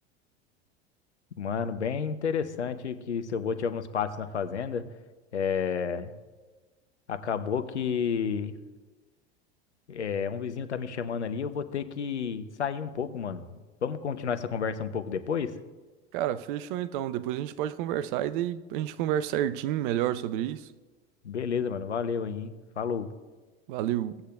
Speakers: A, on the left; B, on the right.
A: Mano, bem interessante que seu avô tinha alguns passos na fazenda. É, acabou que é, um vizinho tá me chamando ali, eu vou ter que sair um pouco, mano. Vamos continuar essa conversa um pouco depois?
B: cara, fechou então, depois a gente pode conversar e daí a gente conversa certinho melhor sobre isso.
A: Beleza, mano. Valeu aí, hein? Falou.
B: Valeu.